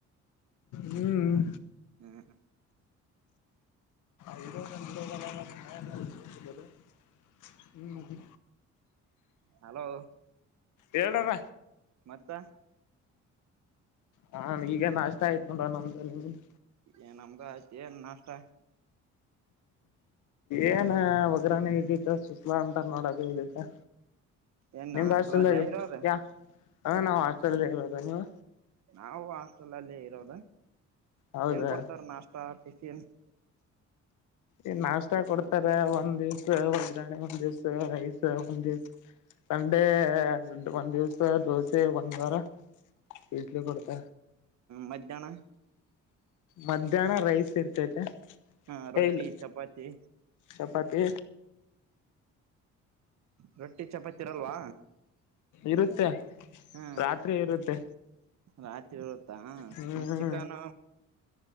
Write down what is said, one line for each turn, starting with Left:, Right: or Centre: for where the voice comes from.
Left: ಹ್ಮ್
Right: ಹ್ಮ್
Left: ಐರೋ ರೋ ಬಲಾನ ಕ <unintelligible> ಹ್ಮ್
Right: ಹಲೋ
Left: ಹೇಳಾರ
Right: ಮತ್ತೆ
Left: ಹಾ ಈಗ ನಾಷ್ಟ ಆಯ್ತು ನೋಡ ನಮ್ದು ನಿಮ್ದು
Right: ಏ ನಮ್ದು ಆಯ್ತ್ ಏನ್ ನಾಷ್ಟ
Left: ಏನ ಒಗ್ರಾಣೆ ಇ ಸುಕ್ಲ ಅಂತ ನೋಡದು ಇದ
Right: ಏನ್
Left: ನಿಮ್
Right: ಹಾಸ್ಟೆಲ್
Left: ಹಾಸಲ್
Right: ಅಲ್ಲೇ ಇರೋದು
Left: ಯಾ ಆ ನಾವು ಹಾಸ್ಟೆಲ್ ಅಲ್ಲೇ ಇರೋದು. ನೀವು?
Right: ನಾವು ಹಾಸ್ಟೆಲ್ ಅಲ್ಲಿ ಇರೋದ್.
Left: ಹೌದಾ
Right: ಏನ್ ಕೊಡ್ತಾರ ನಾಷ್ಟ? ಎಸ ಎನ್ <unintelligible>
Left: ಏ ನಾಷ್ಟ ಕೊಡ್ತಾರೆ ಒಂದ್ ದಿವಸ ಒಗ್ರಾಣೆ ಒಂದ್ ದಿವಸ ರೈಸ್ ಹ್ ಒಂದು ದಿವ್ ಸಂಡೇ ಒಂದ್ ದಿವಸ ದೋಸೆ ಒಂದ್ ವಾರ. ಇಡ್ಲಿ ಕೊಡ್ತ
Right: ಮಧ್ಯಾಹ್ನ
Left: ಮಧ್ಯಾಹ್ನ ರೈಸ್ ಇರ್ತೈತೆ
Right: ಹಾ ರೊಟ್ಟಿ,
Left: ಏ ಇಲ್ಲ
Right: ಚಪಾತಿ
Left: ಚಪಾತಿ
Right: ರೊಟ್ಟಿ ಚಪಾತಿ ಇರಲ್ವಾ?
Left: ಇರುತ್ತೆ.
Right: ಹಾ
Left: ರಾತ್ರಿ ಇರುತ್ತೆ
Right: ರಾತ್ರಿ ಇರುತ್ತಾ
Left: ಹ್ಮ
Right: ಮತ್ ಚಿಕನ್